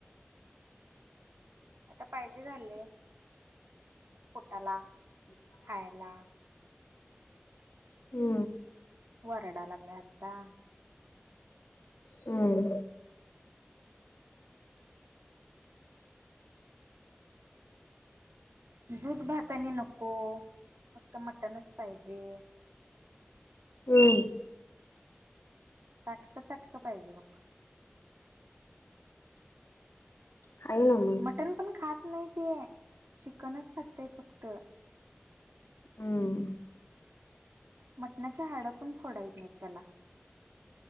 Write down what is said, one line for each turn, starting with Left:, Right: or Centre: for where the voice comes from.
Right: आता पाहिजे झाले पोटाला खायला.
Left: हू
Right: ओरडायला लागले आता
Left: हम्
Right: दूध भाताने नको फक्त मटणच पाहिजे
Left: हम्म
Right: चाटकं चाटकं पाहिजे बघ
Left: ह्याय न्हव
Right: मटण पण खात नाही ते चिकनच खातय फक्त
Left: हम्म
Right: मटणाचे हाडं पण फोडायत नाहीत त्याला